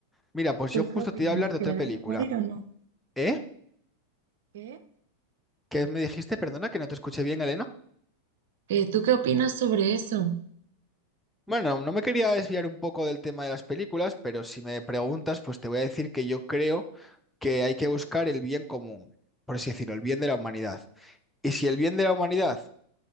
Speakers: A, in the centre; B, on the right.
A: Mira, pues
B: ¿Tú
A: yo justo
B: qué opinas?
A: te iba a hablar de
B: ¿Que
A: otra
B: deben
A: película.
B: de morir o no?
A: ¿Eh?
B: ¿Qué?
A: ¿Qué me dijiste? Perdona que no te escuché bien, Elena.
B: Eh, ¿tú qué opinas sobre eso?
A: Bueno, no me quería desviar un poco del tema de las películas, pero si me preguntas, pues te voy a decir que yo creo que hay que buscar el bien común, por así decirlo, el bien de la humanidad. Y si el bien de la humanidad